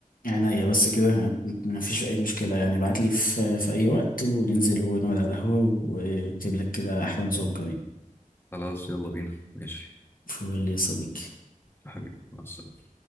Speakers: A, on the left; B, on the left.
A: عينيا بس كده مفيش أي مشكلة يعني ابعتلي في في أي وقت وننزل ونقعد على القهوة وأكتب لك كده أحلى نظام كمان
B: خلاص يلا بينا ماشي
A: فول يا صديقي
B: يا حبيبي مع السلامة